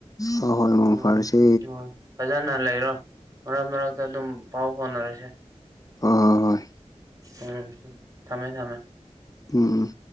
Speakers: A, on the left; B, on the right.
A: ꯍꯣꯏ ꯍꯣꯏ ꯃꯪ
B: ꯎꯝ
A: ꯐꯔꯁꯦ
B: ꯑꯣ ꯐꯖꯅ ꯂꯩꯔꯣ ꯃꯔꯛ ꯃꯔꯛꯇ ꯑꯗꯨꯝ ꯄꯥꯎ ꯐꯥꯎꯅꯔꯁꯦ
A: ꯑꯥ ꯍꯣꯏ
B: ꯎꯝ ꯊꯝꯃꯦ ꯊꯝꯃꯦ
A: ꯎꯝ